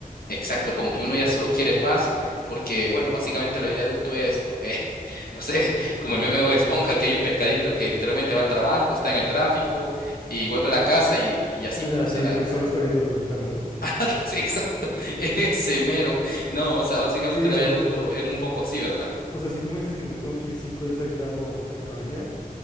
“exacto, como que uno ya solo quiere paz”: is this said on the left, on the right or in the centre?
Left